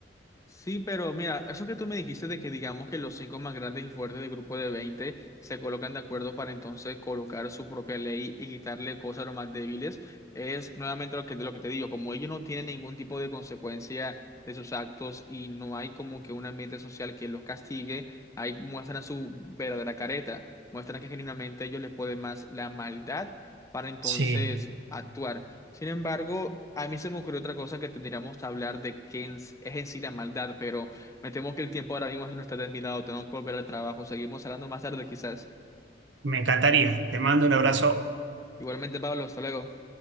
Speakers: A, on the left; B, on the right.
A: Sí, pero mira, eso que tú me dijiste de que digamos que los cinco más grandes y fuertes del grupo de 20 se colocan de acuerdo para entonces colocar su propia ley y quitarle cosas a los más débiles, es nuevamente lo que, lo que te digo, como ellos no tienen ningún tipo de consecuencia de sus actos y no hay como que un ambiente social que los castigue, ahí muestran su verdadera careta, muestran que genuinamente a ellos les puede más la maldad para entonces
B: Sí,
A: actuar. Sin embargo, a mí se me ocurrió otra cosa que tendríamos que hablar de qué en- es en sí la maldad, pero me temo que el tiempo ahora mismo no está de mi lado, tengo que volver al trabajo, seguimos hablando más tarde quizás.
B: Me encantaría. Te mando un abrazo.
A: Igualmente, Pablo, hasta luego.